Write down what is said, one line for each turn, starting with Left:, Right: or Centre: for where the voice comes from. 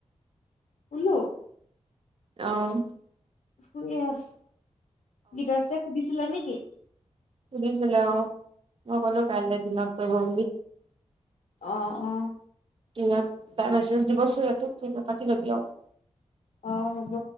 Left: খুলোঁ?
Right: অ'!
Left: শুইে আছোঁ। গীতাশ্ৰীয়ে সুধিছিলে নেকি?
Right: সুধিছিলে অ'! মই ক'লো, কাইলে দিনত কৰিব বুলি।
Left: অ' অ'!
Right: দিনত তাই মেছেজ দিবচোন <unintelligible> তেতিয়া, পাতি ল'বি আৰু।
Left: অ'! হ'ব।